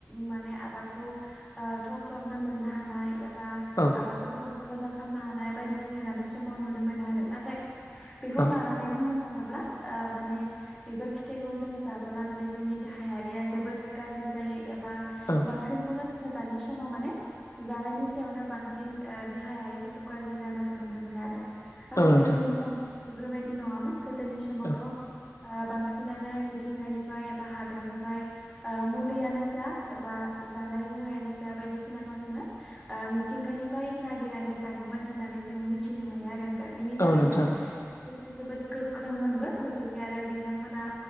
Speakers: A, in the centre; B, on the left.
A: माने आबादखौ खौ ओ थब थाबनो मोननो हानाय एबा
B: औ
A: आबादखौ थबनो मोजां खालामनो हानाय बायदिसिन होनानै सु समाव नुनो मोनो आरो नाथाय बेखौ
B: औ
A: लानानै बुंनो थाङोब्ला ओ माने बेफोर फिथाइखौ जोङो जाबोला माने जोंनि देहायारिया जोबोद गाज्रि जायो एबा
B: औ
A: बांसिनखौनो जोङो दानि समाव माने जानायनि सायावनो बांसिन ओ देहायारिफोरखौ गाज्रि जानायखौ नुनो मोनो आरो नाथाय
B: औ नोंथां
A: गोदोनि समाव बेफोरबायदि नङामोन गोदोनि समावथ'
B: औ
A: बांसिनानो मिथिंगानिफ्राय एबा हाग्रानिफ्राय मुलियानो जा एबा जानाय मुवायानो जा बायदिसिनाखौ जोङो मिथिंगानिफ्राय नागिरनानै जायोमोन होननानै जों मिथिनो मोनो आरो दा बिनि थाखायनो
B: औ नोंथां
A: बिसोरो जोबोद गोख्रों मोनबो लोगोसे आरो बि बिथांमोना